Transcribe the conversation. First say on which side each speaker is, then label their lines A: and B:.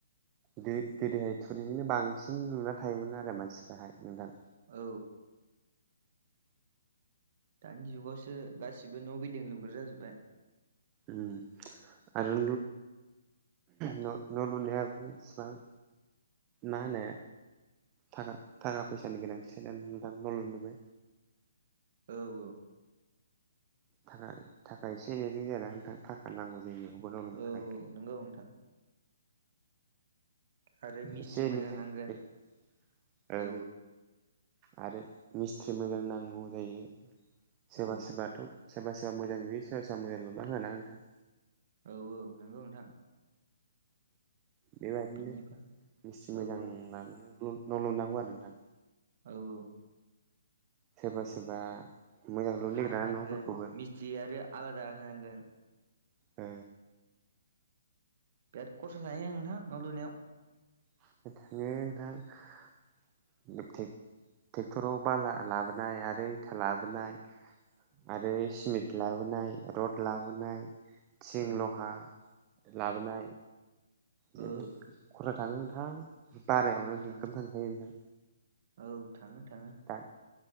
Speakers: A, on the right; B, on the right.
A: गोदोहाय टुरिजोंनो बांसिन लुना थायोमोन आरो मानसिफ्राहाय नोंथां
B: औ दानि जुगावसो गासिबो न' बिल्डिं लुग्रा जाजोब्बाय
A: उ आरो न' लुनायाबो इसिबां मा होनो थाखा थाखा फैसानि गोनांथि सानानै नोंथां न' लुनोबो
B: औ औ
A: थाखाय एसे एनैजों जाया ना नोंथां थाखा नांगौ जायो न' लुनो
B: औ
A: थाखाय
B: औ नंगौ नोंथां आरो मिस्थ्रि
A: एसे एनैजों
B: मोजां नांगोन
A: ओ
B: औ
A: आरो मिस्थ्रि मोजां नांगौ जायो सोरबा
B: औ
A: सोरबाथ' सोरबा सोरबा मोजां लुयो सोरबा सोरबा मोजां लुना होआ ना नोंथां
B: औ औ नोंगौ नोंथां।
A: बेबायदिनो
B: बिनिफ्राय
A: मिस्थ्रि
B: औ
A: मोजां लानानै न' लुनांगौ आरो नोंथां।
B: औ औ
A: सोरबा सोरबा मोजां लुनो
B: हा
A: नागिरा
B: होनांगोन
A: न'फोरखौबो
B: मिस्थि आरो आलादा होनांगोन
A: ओ
B: बिराद खरसा जायो नोंथां न' लुनायाव
A: <unintelligible> नोंथां <unintelligible> धुबटेक ट्रेक्टराव बाला लाबोनाय आरो इटा लाबोनाय आरो सिमेन्ट लाबोनाय रड लाबोनाय थिं
B: औ
A: लहा लाबोनाय जोबोद
B: औ
A: खराख थाङो नोंथां। बारायावनो
B: नोंथां
A: गोगोम थांखायो नोंथां
B: औ थाङो थाङो
A: दा